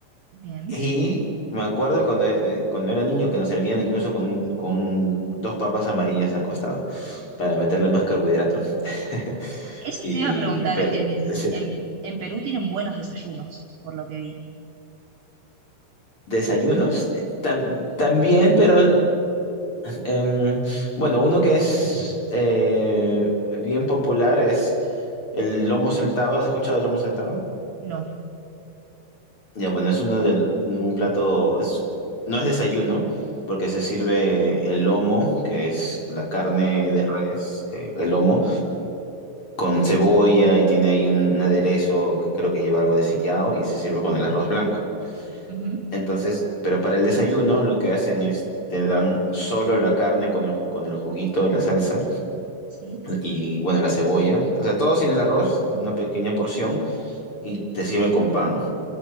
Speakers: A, on the right (about 75°); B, on the left (about 30°).
A: bien.
B: Y me acuerdo cuando era, eh, cuando era niño que nos servían incluso con, con dos papas amarillas al costado para meterle más carbohidrato. <laughs>
A: Eso
B: Y
A: te iba a preguntar,
B: pero,
A: en,
B: sí.
A: en, en Perú tienen buenos desayunos, por lo que vi.
B: Desayunos eh, tam- también, pero Em, bueno, uno que es eh, bien popular es el lomo saltado. ¿Has escuchado el lomo saltado?
A: No.
B: Ya, bueno, es uno del un plato, es, no es desayuno, porque se sirve el lomo, que es la carne de res, eh, el lomo, con cebolla y tiene ahí un aderezo que creo que lleva algo de sillao y se sirve con el arroz blanco.
A: Ujú,
B: Entonces, pero para el desayuno lo que hacen es te dan solo la carne con el, ju- con el juguito de la salsa
A: Sí,
B: y bueno, la cebolla. O sea, todo sin el arroz, una pequeña porción, y te sirven con pan.